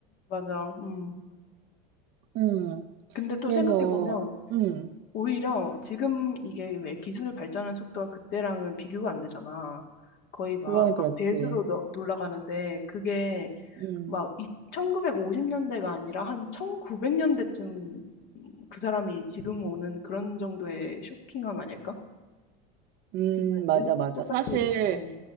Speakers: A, on the left; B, on the right.
A: 맞아. 음.
B: 음.
A: 근데 또
B: 그래서,
A: 생각해보면,
B: 음,
A: 오히려 지금 이게 왜 기술 발전하는 속도가 그때랑은 비교가 안 되잖아. 거의 막,
B: 그건
A: 막
B: 그렇지.
A: 배수로 너- 놀라가는데, 그게
B: 음,
A: 막 이, 1950년대가 아니라 한 1900년대쯤 그 사람이 지금 오는 그런 정도의 쇼킹함 아닐까?
B: 음,
A: 비교이을
B: 맞아,
A: 때?
B: 맞아.
A: 똑같이,
B: 사실,
A: 어,